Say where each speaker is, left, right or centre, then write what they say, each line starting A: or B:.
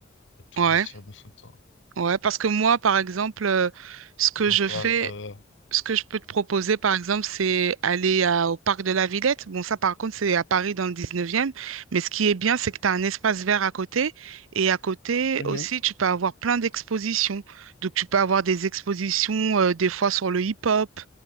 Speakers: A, on the left; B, on the right.
A: touriste,
B: ouais,
A: faire des photos.
B: ouais, parce que moi, par exemple, euh, ce que
A: Donc,
B: je Mm. fais,
A: euh, euh,
B: Ce que je peux te proposer, par exemple, c'est aller à- au parc de la Villette. Bon, ça, par contre, c'est à Paris dans le 19e. Mais ce qui est bien, c'est que tu as un espace vert à côté. Et à côté
A: hmm. Mhm.
B: aussi, tu peux avoir plein d'expositions. Donc, tu peux avoir des expositions, euh, des fois sur le hip-hop.